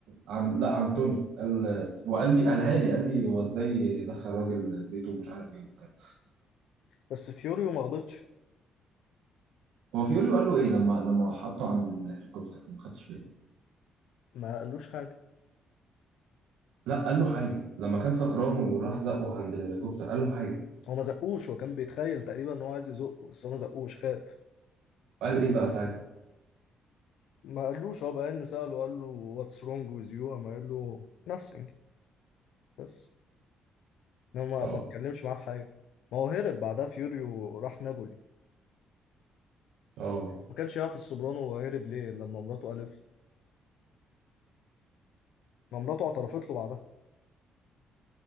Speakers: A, on the right; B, on the left.
A: عن لا عن توني قال وقال لي قالها لي قال لي هو ازاي يدخل راجل بيته ومش عارف ايه وكده
B: بس فيوريو ما غلطش
A: هو فيوريو قال له ايه لما لما حطه عند الهليكوبتر أنا ما خدتش بالي
B: ما قالوش حاجه
A: لا قال له حاجه لما كان سكران وراح زقه عند الهليكوبتر قال له حاجه
B: هو ما زقوش هو كان بيتخيل تقريبا ان هو عايز يزقه بس هو ما زقوش خاف
A: وقال ايه بقى ساعتها
B: ما قالوش هو بقى سأله قال له what's wrong with you قام قال له nothing بس انما
A: اه
B: ما ما اتكلمش معاه في حاجه ما هو هرب بعدها فيوريو راح نابولي
A: اه
B: ما كانش يعرف السوبرانو هو هرب ليه لما مراته قالت له ما مراته اعترفت له بعدها